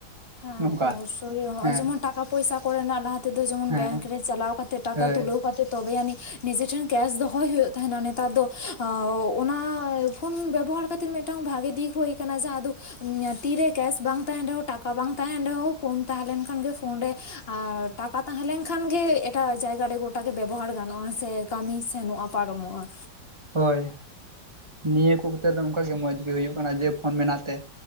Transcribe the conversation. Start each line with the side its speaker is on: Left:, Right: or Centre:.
Left: ᱦᱮᱸ
Right: ᱱᱚᱝᱠᱟ
Left: ᱚᱵᱚᱥᱥᱳᱭ ᱦᱚᱜᱚᱭ
Right: ᱦᱮᱸ
Left: ᱡᱮᱢᱚᱱ ᱴᱟᱠᱟ ᱯᱚᱭᱥᱟ ᱠᱚᱨᱮᱱᱟᱜ ᱞᱟᱦᱟ ᱛᱮᱫᱚ ᱡᱮᱢᱚᱱ
Right: ᱦᱮᱸ
Left: ᱵᱮᱝᱠ ᱨᱮ ᱪᱟᱞᱟᱣ ᱠᱟᱛᱮ ᱴᱟᱠᱟ
Right: ᱦᱳᱭ
Left: ᱛᱩᱞᱟᱹᱣ ᱠᱟᱛᱮᱫ ᱛᱚᱵᱮᱭᱟᱱᱤᱡ ᱱᱤᱡᱮᱴᱷᱮᱱ ᱠᱮᱥ ᱫᱚᱦᱚᱭ ᱦᱳᱭᱳᱜ ᱛᱟᱦᱮᱱᱟ᱾ ᱱᱮᱛᱟᱨ ᱫᱚ ᱦᱳᱭ ᱚᱱᱟ ᱯᱷᱳᱱ ᱵᱮᱵᱚᱦᱟᱨ ᱠᱛᱮᱫ ᱢᱤᱫᱴᱟᱝ ᱵᱷᱟᱜᱮ ᱫᱤᱠ ᱦᱳᱭ ᱠᱟᱱᱟ ᱡᱟᱦᱟᱸ ᱫᱚ ᱛᱤᱨᱮ ᱠᱮᱥ ᱵᱟᱝ ᱛᱟᱦᱮᱱ ᱨᱮᱦᱚᱸ ᱴᱟᱠᱟ ᱠᱟ ᱵᱟᱝ ᱛᱟᱦᱮᱸᱱ ᱨᱮᱦᱚᱸ ᱯᱷᱳᱱ ᱛᱟᱦᱮᱸ ᱞᱮᱱᱠᱷᱟᱱ ᱜᱮ ᱯᱷᱳᱱ ᱨᱮ ᱟᱨ ᱴᱟᱠᱟ ᱛᱟᱦᱮᱸ ᱞᱮᱱ ᱠᱷᱟᱱ ᱜᱮ ᱮᱴᱟᱜ ᱡᱟᱭᱜᱟ ᱨᱮ ᱜᱚᱴᱟ ᱜᱮ ᱵᱮᱵᱚᱦᱟᱨ ᱜᱟᱱᱚᱜᱼᱟ ᱥᱮ ᱠᱟᱹᱢᱤ ᱥᱮᱱᱚᱜᱼᱟ ᱯᱟᱨᱚᱢᱚᱜᱼᱟ᱾
Right: ᱦᱳᱭ ᱱᱤᱭᱟᱹ ᱠᱚ ᱠᱷᱟᱹᱛᱤᱨ ᱫᱚ ᱚᱱᱠᱟᱜᱮ ᱢᱚᱸᱡᱽ ᱜᱮ ᱦᱩᱭᱩᱜ ᱠᱟᱱᱟ ᱡᱮ ᱯᱷᱳᱱ ᱢᱮᱱᱟᱜ ᱛᱮ᱾